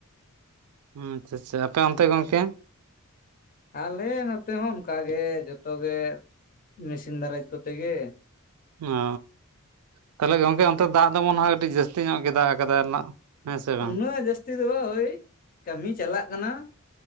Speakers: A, on the right; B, on the left.
A: ᱩ ᱟᱪᱷᱟ ᱟᱪᱷᱟ ᱟᱯᱮ ᱚᱱᱛᱮ ᱜᱚᱝᱠᱮ
B: ᱟᱞᱮ ᱱᱚᱛᱮ ᱦᱚᱸ ᱚᱱᱠᱟ ᱜᱮ ᱡᱚᱛᱚᱜ ᱜᱮ ᱢᱮᱥᱤᱱ ᱫᱟᱨᱟᱡᱽ ᱠᱚᱛᱮ ᱜᱮ
A: ᱚ ᱛᱟᱦᱚᱞᱮ ᱜᱚᱝᱠᱮ ᱚᱱᱛᱮ ᱫᱟᱜ ᱫᱚ ᱢᱳᱱᱮ ᱦᱚᱣ ᱟᱹᱰᱤ ᱡᱟᱹᱥᱛᱤ ᱧᱚᱜ ᱜᱮ ᱫᱟᱜ ᱠᱟᱫᱟᱭ ᱱᱟᱜ ᱦᱮᱸ ᱥᱮ ᱵᱟᱝ
B: ᱩᱱᱟᱹᱜ ᱡᱟᱹᱥᱛᱤ ᱫᱚ ᱵᱟᱝ ᱦᱚᱭ ᱠᱟᱹᱢᱤ ᱪᱟᱞᱟᱜ ᱠᱟᱱᱟ ᱾